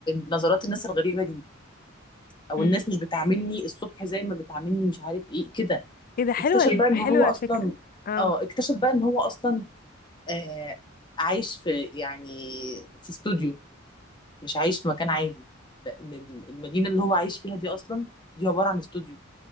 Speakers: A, on the left (about 25°); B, on the left (about 45°).
A: نظرات الناس الغريبة دي او
B: امم
A: الناس مش بتعاملني الصبح زي ما بتعاملني مش عارف ايه كده
B: ايه ده حلوه
A: اكتشف
B: ال-
A: بقى ان
B: حلوه
A: هو اصلا
B: الفكره اه
A: اه اكتشف بقى ان هو اصلا آه عايش في يعني في استوديو مش عايش في مكان عادي لان ال- المدينة اللي هو عايش فيها دي اصلا دي عبارة عن استوديو